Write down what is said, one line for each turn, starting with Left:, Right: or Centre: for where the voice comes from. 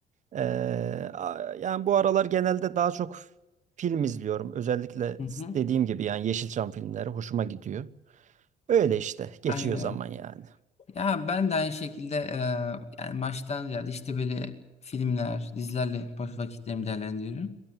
Right: Ee, a- yani bu aralar genelde daha çok film izliyorum. Özellikle
Left: hı. hı.
Right: dediğim gibi yani Yeşilçam filmleri hoşuma gidiyor. Öyle işte geçiyor
Left: Aynen.
Right: zaman yani.
Left: Ya ben de aynı şekilde eee, yani maçtan ziyade işte böyle filmler, dizilerle boş vakitlerimi değerlendiriyorum.